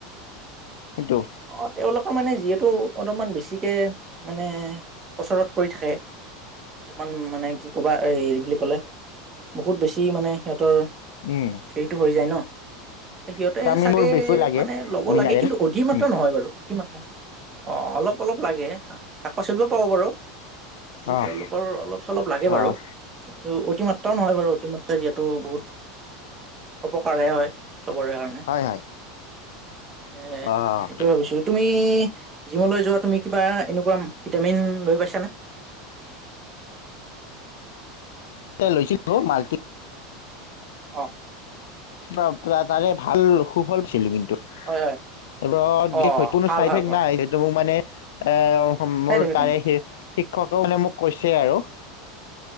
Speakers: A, on the left (about 65°); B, on the right (about 25°).
A: সেইটো?
B: অঁ তেওঁলোকৰ মানে যিহেতু সিটো অলপমান বেছিকে মানে কচৰত কৰি থাকে অলপমান মানে কি ক'বা হেৰি বুলি ক'লে বহুত বেছি মানে সিহঁত ৰ
A: উম,
B: হেৰিতটো হৈ যায় ন সিহঁতে
A: ভিটামিনবোৰ
B: চাগে
A: বেছি লাগে
B: মানে ল'ব
A: মিনাৰেল
B: লাগে কিন্তু অধিক মাত্ৰ
A: উম,
B: হয় বাৰু অঁ অঁ অলপ অলপ লাগে পাচলিব পাব বাৰু কিন্তু
A: অ',
B: তেওঁলোকৰ অলপ চলপ লাগে বাৰু
A: অ',
B: অতি মাত্ৰ নহয় বাৰু অতিমাত্ৰা যিহেতু বহুত অপকাৰে হয় চবৰে কাৰণে
A: হয়, হয়,
B: এ
A: অ',
B: এইটো ভাবিছো তুমি জিমলৈ যোৱা তুমি কিবা এনেকুৱা ভিটামিন লৈ পাইছানে
A: লৈছিলো মাল্টি
B: অঁহ
A: অ তাৰে ভাল সুফল পাইছিলো কিন্তু
B: হয় হয়
A: এইবোৰত
B: অ
A: বিশেষকৈ কোনো
B: ভাল
A: চাইতএফেক্ট
B: ভাল ভাল
A: নাই সেইটো মোক মানে এ অ
B: চাই
A: মোৰ
B: দিবি কিনে
A: তাৰে সে সেই লগতোয়ে মোক কৈছে আৰু